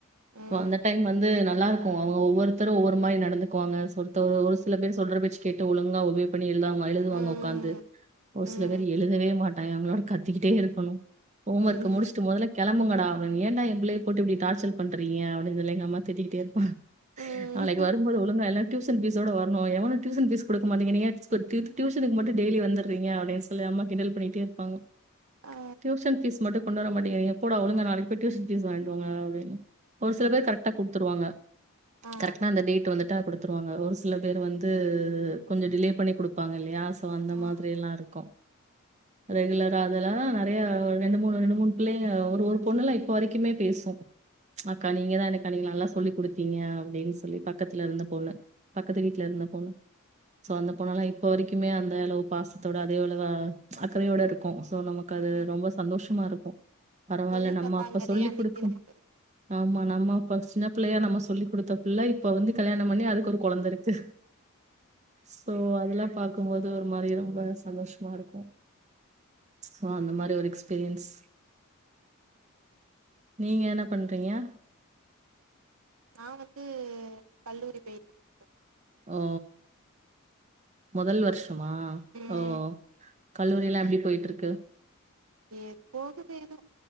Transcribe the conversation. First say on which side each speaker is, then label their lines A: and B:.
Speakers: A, on the right; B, on the right.
A: ம்
B: அந்த டைம் வந்து நல்லா இருக்கு அவங்க ஒவ்வொருத்தரு ஒவ்வொரு மாதிரி நடந்துக்குவாங்க ஒரு சில பேர் சொல்ற பேச்சு கேட்டு ஒழுங்கா ஒரே பண் எழுதாம எழுதுவாங்க
A: ம்
B: உக்காந்து ஒரு
A: ம்
B: சில பேர் எழுதவே மாட்டாங்க அவங்களோட கத்துக்கிட்டே இருக்கணு ஹோம்
A: ம்
B: ஒர்க முடிச்சுட்டு மொதல்ல கெளம்புங்கடா ஏண்டா எ பிள்ளைய போட்டு இப்படி டார்ச்சர் பண்ட்ருக்கீங்க அப்டின்னு சொல்லி எங்க அம்மா திட்டி கிட்டே இருப்பா
A: ம்
B: நாளைக்கு வரும் போது ஒழுங்கா எல்லா டியூசன் ஃபீஸோட வரணு எவனு டியூசன் ஃபீஸ் குடுக்க மாட்டேங்குறீங்க <unintelligible> டியூசனுக்கு மட்டு டெய்லி வந்துறீங்க அப்டின் சொல்லி அம்மா கிண்டல் பண்ணி கிட்டே இருப்பாங்க
A: ஆ
B: டியூஷன் ஃபீஸ் மட்டு கொண்டு வர மாட்டேங்கிறாங்க போடா ஒழுங்கா நாளைக்கு போய் டியூன் ஃபீஸ் வாங்கிட்டு வாங்கடா அப்டின் ஒரு சில
A: ம்
B: பேர் கரெக்டா குடுத்துருவாங்க
A: ஆ
B: கரெக்ட்டா அந்த டேட் வந்துட் ட்ட குடுத்துருவாங்க ஒரு சில பேரு வந்து கொஞ்ச டிலே பண்ணி குடுப்பாங்க இல்லையா? சோ அந்த
A: ஆமா
B: மாதிரி எல்லா இருக்கோ ரெகுலரா அதெல்லா நிறைய ரெண்டு மூணு ரெண்டு மூணு பிள்ளைங்க ஒரு ஒரு பொண்ணுல்லா இப்ப வரைக்குமே பேசும் அக்கா நீங்க தா எனக்கு அன்னைக்கி நல்லா சு சொல்லி் கொடுத்தீங்க அப்படின் சொல்லி பக்கத்துல இருந்த பொண்ணு பக்கத்து வீட்டுல இருந்த பொண்ணு சோ அந்த பொண்ணல்லா இப்ப வரைக்குமே அந்த அளவு பாசத்தோட அதே அளவு அக்கறையோட இருக்கோ சோ நமக்கு அது
A: ம்
B: ரொம்ப சந்தோஷமா இருக்கோ பரவால்ல
A: சொல்லி
B: நம்ம
A: தந்தாங்களே
B: அப்ப சொல்லி்
A: அன்னைக்கு
B: குடுக்கும்
A: நமக்கு
B: ஆமா நம்ம அப்ப சின்ன பிள்ளையா நம்ம சொல்லி் கொடுத்த பிள்ள இப்ப வந்து கல்யாண பண்ணி அதுக்கு ஒரு குழந்த இருக்கு சோ அதுல்லா பாக்கும்போது ஒரு மாரி ரொம்ப சந்தோஷமா இருக்கோ சோ அந்த மாரி ஒரு எஸ்பீரியன்ஸ் நீங்க என்ன பண் பையா
A: நா வந்து கல்லூரி போயிட்டுருக்கே
B: ஓ முதல் வருஷமா
A: ம்
B: ஓ கல்லூரி எல்லா எப்படி போயிட்டு இருக் க்கு
A: எப்போது வேதோ